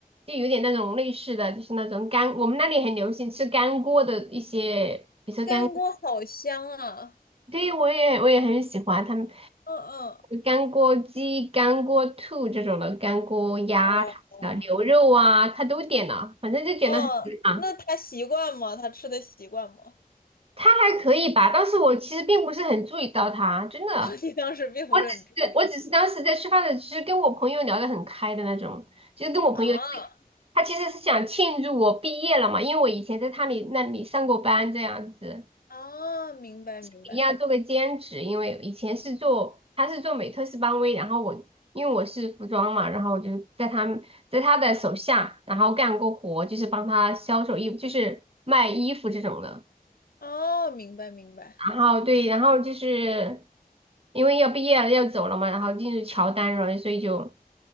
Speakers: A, on the right (about 40°); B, on the left (about 70°).
A: 就有点那种类似的，就是那种干，我们那里很流行吃干锅的一些，比如说干，
B: 干锅好香啊！
A: 对，我也我也很喜欢他们
B: 嗯嗯，
A: 干锅鸡、干锅兔这种的，干锅鸭啊、
B: 哇，
A: 牛肉啊，他都点了，反正就点了很多嘛，
B: 嗯，那他习惯吗？他吃的习惯吗？
A: 他还可以吧，但是我其实并不是很注意到他，真的。
B: <laughs> 你当时并不是很注意
A: 我只是我只是当时在吃饭的，其实跟我朋友聊得很开的那种，就是跟我朋友，
B: 啊
A: 因为他其实是想庆祝我毕业了嘛，因为我以前在他里那里上过班这样子，
B: 啊，明白明白，
A: 一样做个兼职，因为以前是做他是做美特斯邦威，然后我因为我是服装嘛，然后我就在他们在他的手下，然后干过活，就是帮他销售衣服，就是卖衣服这种的。
B: 哦，明白明白。
A: 然后对，然后就是因为要毕业了要走了嘛，然后进入乔丹了，所以就